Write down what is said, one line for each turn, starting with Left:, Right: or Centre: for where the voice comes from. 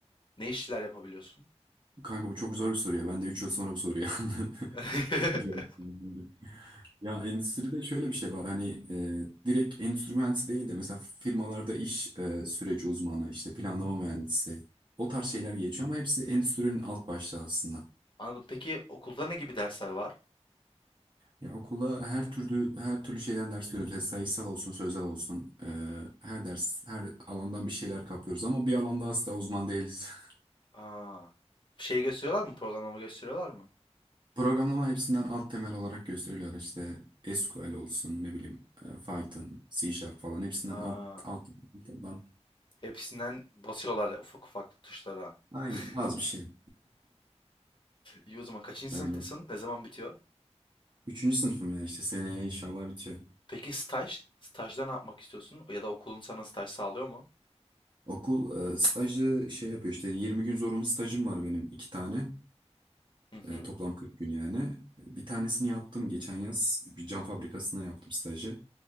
Left: Ne işler yapabiliyorsun?
Right: Kanka bu çok zor bir soru ya. Ben de 3 yıl sonra bu soruyu
Left: <laughs>
Right: <laughs> cevap veremiyorum. Ya endüstride şöyle bir şey var. Hani e, direkt endüstri mühendisi değil de mesela firmalarda iş e, süreci uzmanı, işte planlama mühendisi. O tarz şeyler geçiyor ama hepsi endüstrinin alt başlığı aslında.
Left: Anladım. Peki okulda ne gibi dersler var?
Right: Ya okula her türlü her türlü şeyden ders görüyoruz. Mesela sayısal olsun, sözel olsun. Ee, her ders, her alandan bir şeyler kapıyoruz ama bir alanda asla uzman değiliz. <laughs>
Left: Aa, şey gösteriyorlar mı? Programlama gösteriyorlar mı?
Right: Programlama hepsinden alt temel olarak gösteriliyor. İşte SQL olsun, ne bileyim, e, Python, C Sharp falan hepsinden
Left: Aa,
Right: alt alt altından.
Left: hepsinden basıyorlar ufak ufak tuşlara.
Right: Aynen
Left: <laughs>
Right: az bir şey.
Left: İyi o zaman kaçıncı
Right: Öyle.
Left: sınıftasın? Ne zaman bitiyor?
Right: Üçüncü sınıfım ya işte seneye inşallah bitiyor.
Left: Peki staj? Stajda ne yapmak istiyorsun? Ya da okulun sana staj sağlıyor mu?
Right: Okul e, stajı şey yapıyor işte 20 gün zorunlu stajım var benim iki tane.
Left: Hı hı.
Right: E, toplam 40 gün yani. Bir tanesini yaptım geçen yaz. Bir cam fabrikasına yaptım stajı.